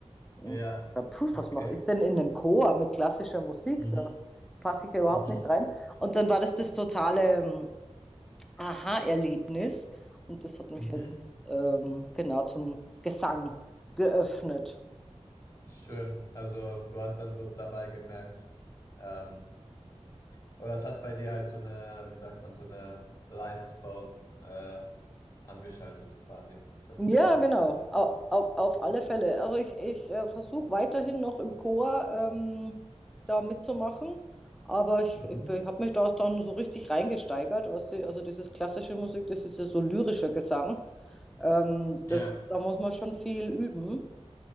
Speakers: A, in the centre; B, on the left.
A: Und
B: Ja,
A: ja, puh,
B: okay.
A: was mache ich denn in einem Chor mit klassischer Musik?
B: Mhm.
A: Da passe ich ja überhaupt
B: Mhm.
A: nicht rein. Und dann war das das totale ähm, Aha-Erlebnis. Und das hat mich
B: Mhm.
A: jetzt ähm, genau zum Gesang geöffnet.
B: Schön. Also du hast dann so dabei gemerkt, ähm, oder es hat bei dir halt so eine, wie sagt man, so eine Lightbulb äh, angeschaltet quasi, das
A: Ja,
B: Singen
A: genau.
B: und so weiter.
A: Auf, auf, auf alle Fälle. Also ich, ich äh, versuche weiterhin noch im Chor ähm, da mitzumachen, aber ich,
B: Mhm.
A: ich, ich habe mich da dann so richtig reingesteigert. Weißt du? Also dieses klassische Musik, das ist ja so lyrischer Gesang. Ähm,
B: Ja.
A: das, da muss man schon viel üben.